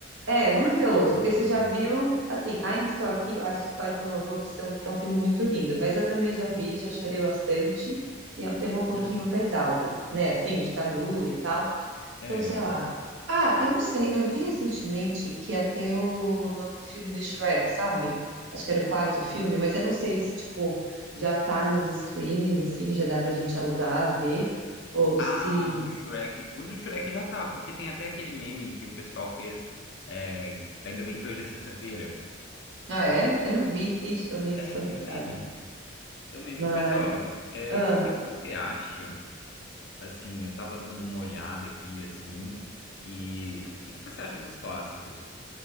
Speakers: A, on the right; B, on the left.
A: É, vamos
B: Quais
A: ver
B: são
A: outro,
B: as outras
A: porque você
B: opções?
A: já viu, assim, Ainda Estou Aqui, eu acho que pode ser uma boa opção, porque é um filme muito lindo, mas eu também já vi, já chorei bastante, e é um tema um pouquinho
B: Uhum.
A: pesado, né, assim, ditadura e tal,
B: É.
A: então, sei lá. Ah, eu não sei, eu vi recentemente que ia ter o novo filme do Shrek, sabe? Acho que era o quarto filme, mas eu não sei se, tipo, já tá nos streamings, assim, já dá pra gente alugar, ver, ou se...
B: Ah, o do Shrek. O do Shrek já tá, porque tem até aquele meme que o pessoal fez. é, Ainda bem que hoje é sexta-feira.
A: Ah, é? Eu não vi, Ixi, tô meio
B: É,
A: desconectada,
B: tem um meme. Tem um meme.
A: mas...
B: Mas olha, o
A: Ah.
B: que que você acha? Assim, eu tava dando uma olhada aqui, assim, e o que que você acha dos clássicos?